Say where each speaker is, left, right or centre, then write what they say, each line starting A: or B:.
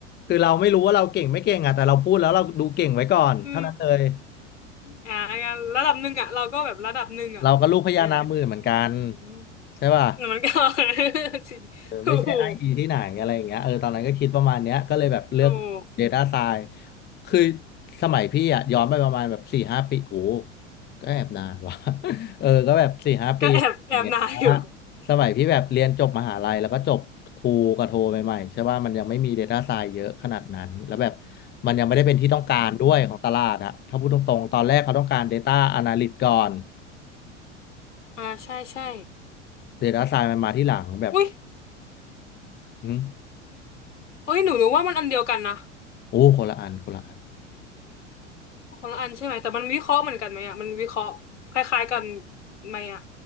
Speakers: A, on the left (about 25°); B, on the left (about 70°).
A: คือเราไม่รู้ว่าเราเก่งไม่เก่งอะแต่เราพูดแล้วเราดูเก่งไว้ก่อนเท่านั้นเลย
B: อืมอ่างั้นระดับหนึ่งอะเราก็แบบระดับหนึ่งอะอย่างเงี้ยเหรอ
A: เราก็ลูกพญานาคหมื่นเหมือนกัน
B: อืม
A: ใช่ป่ะ
B: มันก็ <laughs> จริงถูก
A: เออไม่ใช่อ้างอิงที่ไหนอะไรอย่างเงี้ยเออตอนนั้นก็คิดประมาณเนี้ยก็เลยแบบเลือก
B: ถูก
A: Data Science คือสมัยพี่อะย้อนไปประมาณแบบสี่ห้าปีโหก็แอบนานว่ะ <laughs> เออก็แบบสี่ห้าปีอย่างเงี้ย
B: ก็แอบแอบนายอยู่
A: สมัยพี่แบบเรียนจบมหาลัยแล้วก็จบครูกับโทใหม่ๆใช่ว่ามันยังไม่มี Data Science เยอะขนาดนั้นแล้วแบบมันยังไม่ได้เป็นที่ต้องการด้วยของตลาดอะถ้าพูดตรงๆตอนแรกเขาต้องการ
B: อืม
A: Data Analyst ก่อน
B: อ่าใช่ใช่
A: Data Science มันมาที่หลังแบบ
B: อุ้ย
A: อืม
B: เอุ้ยหนูหนูว่ามันอันเดียวกันนะ
A: โอ้คนละอันคนละอัน
B: คนละอันใช่ไหมแต่มันวิเคราะห์เหมือนกันไหมอ่ะมันวิเคราะห์คล้ายๆกันไหมอ่ะ